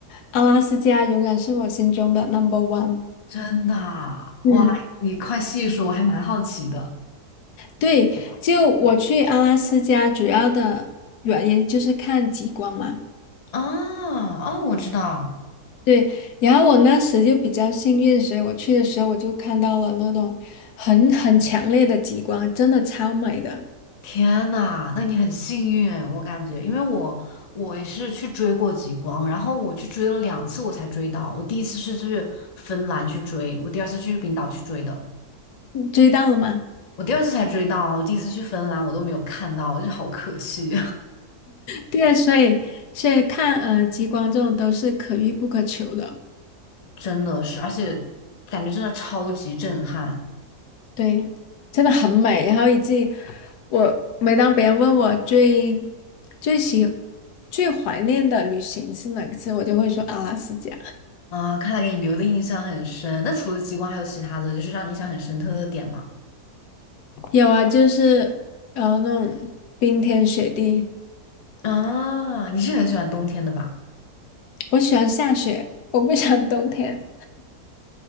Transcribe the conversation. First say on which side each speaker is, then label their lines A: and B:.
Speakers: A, on the left; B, on the left.
A: 阿拉斯加永远是我心中的 number one。
B: 真的啊哇，
A: 嗯，
B: 你快细说，我还蛮好奇的。
A: 对，就我去阿拉斯加主要的原因就是看极光嘛。
B: 啊啊，我知道，
A: 对，然后我那时就比较幸运，所以我去的时候我就看到了那种很很强烈的极光，真的超美的。
B: 天呐，那你很幸运，我感觉，因为我我也是去追过极光，然后我去追了两次，我才追到。我第一次是去芬兰去追，我第二次去冰岛去追的。
A: 追到了吗？
B: 我第二次才追到，我第一次去芬兰我都没有看到，就是好可惜，
A: 对，所以所以看呃极光这种都是可遇不可求的，
B: <laughs> 真的是，而且感觉真的超级震撼
A: 对，真的很美。然后以及我每当别人问我最最喜最怀念的旅行是哪个次，我就会说阿拉斯加。
B: 啊！看来给你留的印象很深。那除了极光，还有其他的就是让你印象很深刻的点吗？
A: 有啊，就是呃那种冰天雪地，
B: 啊，你是很喜欢冬天的吧？
A: 我喜欢下雪，我不喜欢冬天